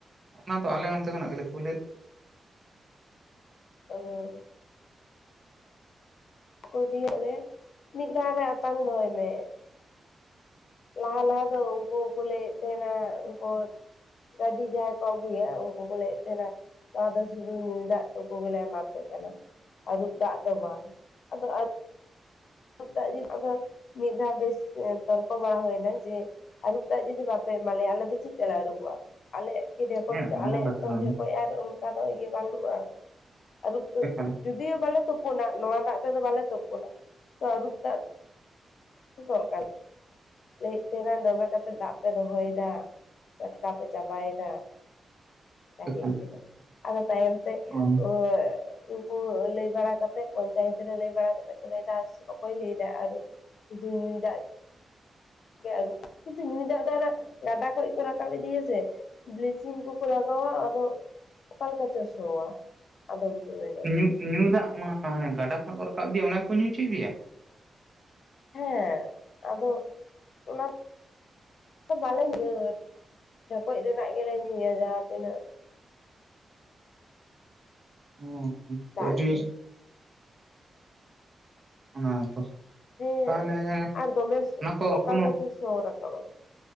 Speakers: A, on the right (about 35°); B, on the left (about 70°).
A: ᱚᱱᱟ ᱫᱚ ᱟᱞᱮ ᱚᱱᱛᱮ ᱠᱷᱚᱱᱟᱜ ᱜᱮᱞᱮ ᱠᱩᱞ ᱮᱫ
B: ᱚᱸᱻ ᱠᱚ ᱤᱸᱫᱤ ᱟᱞᱮ ᱢᱤᱫ ᱫᱷᱟᱣ ᱨᱮ ᱟᱛᱟᱝ ᱫᱚᱦᱚᱭ ᱢᱮ ᱞᱟᱦᱟ ᱞᱟᱦᱟ ᱫᱚ ᱩᱱᱠᱩ ᱠᱚ ᱞᱟᱹᱭᱮᱫ ᱛᱟᱦᱮᱱᱟ ᱩᱱᱠᱩ ᱜᱟᱹᱰᱤ ᱡᱟᱦᱟᱸᱭ ᱠᱚ ᱟᱹᱜᱩᱭᱟ ᱩᱱᱠᱩ ᱠᱚ ᱞᱟᱹᱭᱮᱫ ᱛᱟᱦᱮᱱᱟ ᱱᱚᱣᱟ ᱫᱚ ᱥᱩᱫᱩ ᱧᱩᱭ ᱫᱟᱜ ᱴᱩᱠᱩ ᱜᱮᱞᱮ ᱮᱢᱟᱯᱮ ᱠᱟᱱᱟ ᱟᱹᱨᱩᱵ ᱫᱟᱜ ᱫᱚ ᱵᱟᱝ ᱟᱫᱚ ᱟᱹᱨᱩᱵ ᱫᱟᱜ ᱡᱩᱫᱤ ᱫᱚ ᱢᱤᱫ ᱫᱷᱟᱣ ᱵᱮᱥ ᱛᱚᱨᱠᱚ ᱵᱟᱲᱟ ᱦᱩᱭᱱᱟ ᱡᱮ ᱟᱹᱨᱩᱵ ᱫᱟᱜ ᱡᱩᱫᱤ ᱵᱟᱯᱮ ᱢᱟᱞᱮ ᱟᱞᱮ ᱫᱚ ᱪᱮᱫ ᱛᱮᱞᱮ ᱨᱩᱵᱚᱜᱼᱟ ᱟᱞᱮ ᱠᱤ ᱰᱷᱮᱠᱚᱡ
A: ᱦᱮᱸ
B: ᱛᱚ
A: ᱚᱱᱟ
B: ᱟᱞᱮᱭᱟᱜ
A: ᱢᱟ ᱠᱟᱛᱷᱟ
B: ᱛᱚ
A: ᱠᱟᱱ
B: ᱰᱷᱮᱠᱚᱡ ᱟᱨ ᱚᱱᱠᱟ ᱫᱚ ᱤᱭᱟᱹ ᱵᱟᱹᱱᱩᱜᱼᱟ᱾ ᱟᱨᱩ
A: ᱮᱠᱟᱞ
B: ᱡᱩᱫᱤᱭᱳ ᱵᱟᱞᱮ ᱛᱩᱯᱩᱱᱟ ᱱᱚᱣᱟ ᱫᱟᱜ ᱛᱮᱫᱚ ᱵᱟᱞᱮ ᱛᱩᱯᱩᱱᱟ᱾ ᱛᱚ ᱟᱨᱩᱵ ᱫᱟᱜ ᱛᱚ ᱫᱚᱨᱠᱟᱨᱟ᱾ ᱞᱟᱹᱭᱮᱫ ᱛᱟᱦᱮᱱᱟ ᱫᱚᱢᱮ ᱠᱟᱛᱮᱫ ᱫᱟᱜ ᱯᱮ ᱫᱚᱦᱚᱭᱮᱫᱟ ᱴᱟᱴᱠᱟ ᱯᱮ ᱪᱟᱵᱟᱭᱮᱫᱟ᱾ ᱚᱱᱠᱟᱭ
A: ᱮᱠᱟᱞ
B: ᱞᱟᱭᱮᱫ ᱛᱟᱦᱮᱱᱟ
A: ᱮᱠᱟᱞ
B: ᱛᱟᱭᱚᱢ ᱛᱮ
A: ᱚ
B: ᱚᱻ <unintelligible> ᱩᱱᱠᱩ ᱞᱟᱹᱭ ᱵᱟᱲᱟ ᱠᱟᱛᱮᱫ ᱯᱚᱧᱪᱟᱭᱮᱛ ᱨᱮ ᱞᱟᱹᱭ ᱵᱟᱲᱟ ᱠᱟᱛᱮᱫ ᱠᱚ ᱞᱟᱹᱭᱫᱟ ᱚᱠᱚᱭ ᱞᱟᱹᱭ ᱫᱟ ᱟᱨ ᱥᱩᱫᱩ ᱧᱩᱭ ᱫᱟᱜ ᱟᱹᱨᱩ ᱠᱤᱱᱛᱩ ᱧᱩᱭ ᱫᱟᱜ ᱫᱚ ᱦᱟ ᱜᱟᱰᱟ ᱠᱷᱚᱡ ᱠᱚ ᱨᱟᱠᱟᱵ ᱤᱫᱤᱭᱟ ᱥᱮ ᱵᱤᱞᱤᱪᱤᱝ ᱠᱚᱠᱚ ᱞᱟᱜᱟᱣ ᱼᱟ ᱟᱫᱚ ᱚᱠᱟ ᱞᱮᱠᱟ ᱪᱚ ᱥᱚᱣᱟ ᱟᱫᱚᱢ ᱥᱚᱢᱚᱭ ᱫᱚ
A: ᱧᱩ ᱧᱩ ᱫᱟᱜ ᱜᱟᱰᱟ ᱠᱷᱚᱱᱟᱜ ᱠᱚ ᱨᱟᱠᱟᱵ ᱤᱫᱤᱭᱟ ᱚᱱᱟ ᱜᱮᱠᱚ ᱧᱩ ᱦᱚᱪᱚᱭᱮᱫ ᱯᱮᱭᱟ?
B: ᱦᱮᱸ ᱟᱫᱚ ᱚᱱᱟ ᱵᱟᱞᱮ ᱧᱩ ᱰᱷᱚᱠᱚᱡ ᱨᱮᱱᱟᱜ ᱜᱮᱞᱮ ᱧᱩᱭᱟ ᱡᱟᱦᱟᱸ ᱛᱤᱱᱟᱹᱜ
A: ᱚᱸᱻ
B: ᱫᱟᱜ
A: ᱛᱚ ᱟᱹᱰᱤ
B: ᱜᱮ
A: ᱚᱱᱟ ᱛᱚ
B: ᱦᱮᱸ
A: ᱛᱟᱦᱚᱞᱮ
B: ᱟᱨ ᱫᱚᱢᱮ
A: ᱚᱱᱟ ᱠᱚ
B: ᱚᱠᱟ
A: ᱠᱳᱱᱳ
B: ᱞᱮᱠᱟ ᱪᱚ ᱥᱚ ᱨᱟᱠᱟᱵ ᱼᱟ᱾